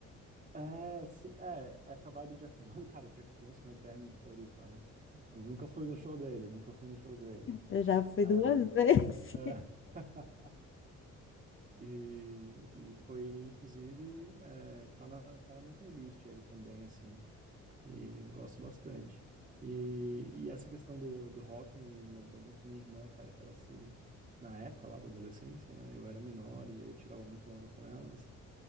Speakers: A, on the right (about 30°); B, on the left (about 45°).
A: é, sim, é, essa vibe Jack Johnson, <laughs> cara, Jack Johnson é eterno em Floripa, né? Mas nunca fui no show dele, nunca fui no show dele.
B: Eu já fui
A: Ah,
B: duas <laughs> vezes.
A: é. <laughs> E, e foi, inclusive, é, tá na, tá na minha playlist ele também, assim. E gosto bastante. E, e essa questão do, do rock me, me lembrou muito minha irmã, cara, que ela se. Na época lá da adolescência, né? Eu era menor e aí eu tirava muita onda com elas,